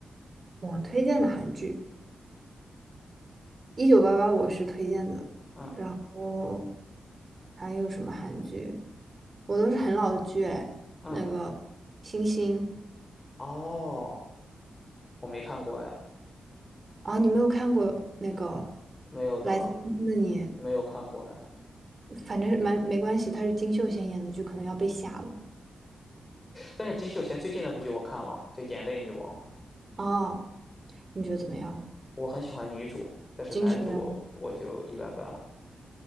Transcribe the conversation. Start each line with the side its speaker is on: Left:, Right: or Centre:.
Right: 我推荐的韩剧《一九八八》我是推荐的，
Left: 嗯。
Right: 然后还有什么韩剧？我都是很老的剧哎，
Left: 嗯。
Right: 那个《星星》。
Left: 哦，我没看过哎，
Right: 啊，你没有看过那个
Left: 没有的，
Right: 《来自星星的你》，
Left: 没有看过哎。
Right: 反正是蛮没关系，他是金秀贤演的，就可能要被吓了。
Left: 但是金秀贤最近那部剧我看了，就《眼泪女王》，
Right: 哦，你觉得怎么样？
Left: 我很喜欢女主，但是男主我就一般般了。
Right: 金智媛，